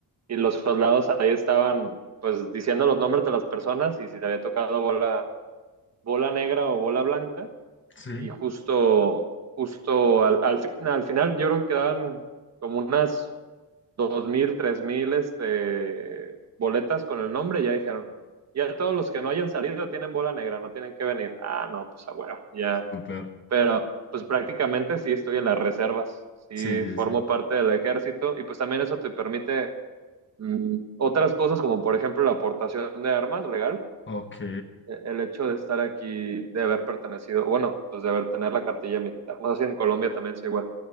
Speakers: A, on the right (about 45°); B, on the left (about 30°).
A: y los soldados ahí estaban pues diciendo los nombres de las personas y si te había tocado bola, bola negra o bola blanca
B: sí,
A: y justo, justo al, al, fin- al final yo creo que quedaban como unas dos mil, tres mil este, boletas con el nombre, ya dijeron, ya todos los que no hayan salido tienen bola negra, no tienen que venir. Ah, no, pues a huevo, ya.
B: súper.
A: Pero pues prácticamente sí estoy en las reservas, sí
B: Sí, sí,
A: formo
B: sí.
A: parte del ejército y pues también eso te permite mm, otras cosas como por ejemplo la aportación de armas legal,
B: Ok.
A: e- el hecho de estar aquí, de haber pertenecido, bueno, pues de haber tener la cartilla militar. No sé si en Colombia también sea igual.